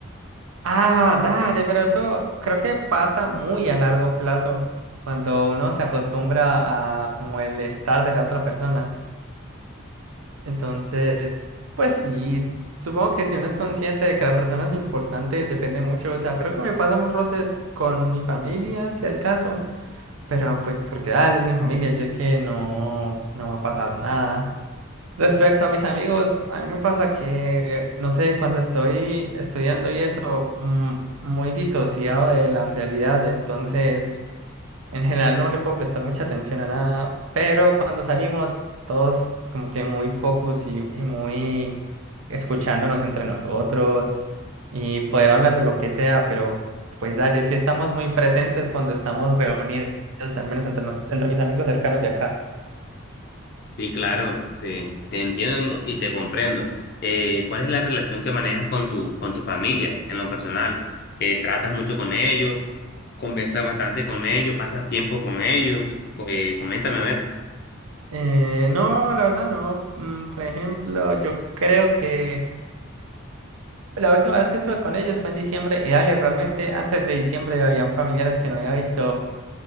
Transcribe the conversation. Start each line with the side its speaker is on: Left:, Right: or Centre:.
Right: Ah, dale, pero eso creo que pasa muy a largo plazo cuando uno se acostumbra a como el estar de la otra persona. Entonces, pues sí, supongo que si uno es consciente de que la persona es importante, depende mucho. O sea, creo que me pasa un roce con mi familia, si al caso, pero pues porque dale, es mi familia, yo que no, no va a pasar nada. Respecto a mis amigos, a mí me pasa que, no sé, cuando estoy estudiando y eso, mm, muy disociado de la realidad, entonces en general no le puedo prestar mucha atención a nada, pero cuando salimos, todos como que muy focus y, y muy escuchándonos entre nosotros y poder hablar de lo que sea, pero pues dale, si estamos muy presentes cuando estamos reunidos, al menos entre, nos- entre mis amigos cercanos de acá.
Left: Sí, claro, te, te entiendo ¿no? y te comprendo. Eh, ¿cuál es la relación que manejas con tu, con tu familia en lo personal? Eh, ¿tratas mucho con ellos? ¿Conversas bastante con ellos? ¿Pasas tiempo con ellos? Eh, coméntame a ver.
Right: Eh, no, la verdad no. Mm, Por ejemplo, yo creo que la última vez que estuve con ellos fue en diciembre y dale, realmente antes de diciembre habían familiares que no había visto